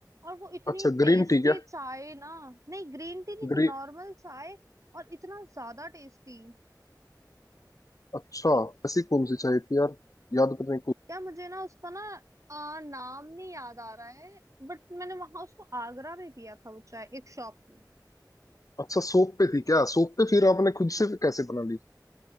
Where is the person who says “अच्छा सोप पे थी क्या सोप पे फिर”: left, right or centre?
Left